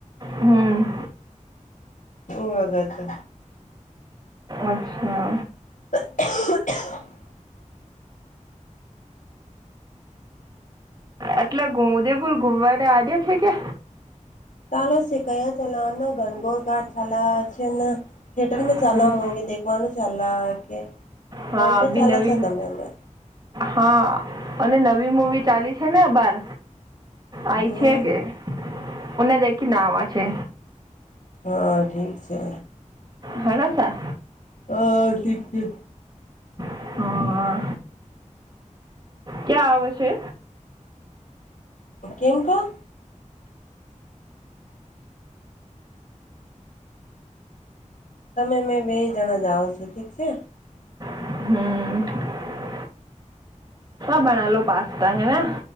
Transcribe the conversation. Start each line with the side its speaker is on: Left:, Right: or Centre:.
Right: હમ્મ.
Left: ઉ વાગે તો
Right: અચ્છા
Left: <inaudible>
Right: એટલે ગુ ઉદેપુર ગુમવારે આજે છે કે
Left: ચાલો શેખ ચલાને ગનગોર ઘાટ ચાલ છે, ને થિયેટર
Right: હમ,
Left: ચાલ મૂવી દેખવાનું ચાલા કે
Right: હા
Left: બોલ મે
Right: અભી
Left: ચાલો
Right: નવી
Left: છો તમે અને
Right: હા અને નવી મુવી ચાલી છે, ને બાર આઈ
Left: હમ
Right: છે, કે ઓને દેખી નાવા છે.
Left: હા ઠીક છે.
Right: હણાસા
Left: હ થીક છે.
Right: હા ક્યાં આવે છે.
Left: કેમ કા તમે મેં બે જણા જાઓ છો ઠીક છે.
Right: હમ્મ. બના લો પાસ્તા હેને?